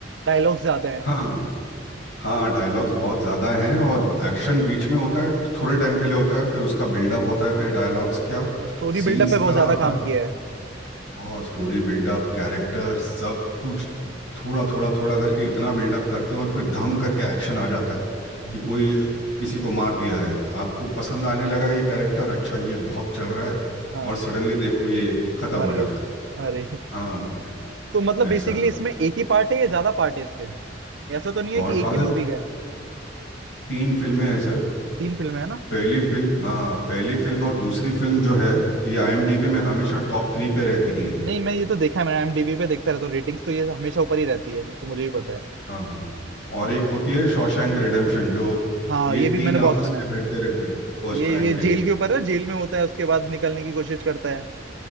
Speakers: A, on the right; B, on the left.
A: डायलॉग्स ज्यादा है
B: हाँ हाँ डायलॉग्स बहुत ज़्यादा हैं और
A: हाँ
B: एक्शन बीच में होता है थोड़े टाइम के लिए होता है फिर उसका बिल्डअप होता है फिर डायलॉग्स क्या
A: और स्टोरी
B: सीन्स
A: बिल्डअप पे बहुत
B: का
A: ज्यादा
B: हर
A: काम किया है
B: और स्टोरी बिल्डअप कैरेक्टर सब कुछ थोड़ा थोड़ा थोड़ा करके इतना बिल्डअप करते हैं और फिर धम करके एक्शन आ जाता है
A: <laughs>
B: कि कोई किसी को मार दिया है आपको पसंद आने लगा ये कैरेक्टर अच्छा ये बहुत चल रहा है
A: हाँ
B: और सडनली
A: तो
B: देखो ये ख़त्म
A: मर
B: हो जाता
A: गया
B: है
A: अरे
B: हाँ मर गया
A: तो मतलब बेसिकली
B: ऐसा
A: इसमें एक ही पार्ट है या ज्यादा पार्ट है इसके ऐसा तो नहीं
B: गॉडफादर
A: है कि एक ही मूवी
B: तीन फिल्में हैं सर
A: तीन फिल्में है ना
B: पहली फिल्म हाँ पहली फिल्म और दूसरी फिल्म जो है ये आईएमडीबी
A: हम्म।
B: में हमेशा टॉप थ्री पे रहती हैं
A: नहीं मैं ये तो देखा है मैंने IMDb पे देखता रहता हूँ रेटिंग्स तो ये हमेशा ऊपर ही रहती है ये तो मुझे भी पता है
B: हाँ और एक होती है शॉशैंक रिडेम्पशन जो
A: हाँ
B: ये
A: ये भी
B: तीन
A: मैंने
B: आपस
A: बहुत सुना है
B: में भिड़ते रहते हैं फर्स्ट
A: ये
B: रैंक
A: ये
B: के लिए
A: जेल के ऊपर है जेल में होता है उसके बाद निकलने की कोशिश करता है